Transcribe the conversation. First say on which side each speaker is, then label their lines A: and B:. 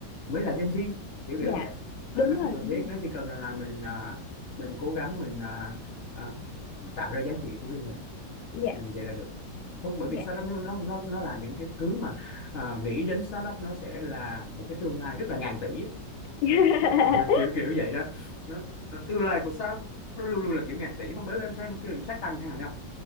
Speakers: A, on the left; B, on the left.
A: mới là Gen Z kiểu kiểu
B: dạ
A: vậy à,
B: đúng
A: nó
B: rồi
A: không cần
B: đúng
A: thiết
B: rồi
A: nó chỉ cần rằng là mình à, mình cố gắng mình à, à, tạo ra giá trị của riêng mình
B: dạ
A: Ừ, vậy là được không bởi
B: dạ
A: vì startup nó nó nó, nó là những cái thứ mà à, nghĩ đến startup nó sẽ là một cái tương lai rất là ngàn tỷ
B: <laughs>
A: <laughs> kiểu kiểu vậy đó. đó Ờ, tương lai của startup nó luôn luôn là kiểu ngàn tỷ không bởi vì em xem cái sát tăng chẳng hạn nào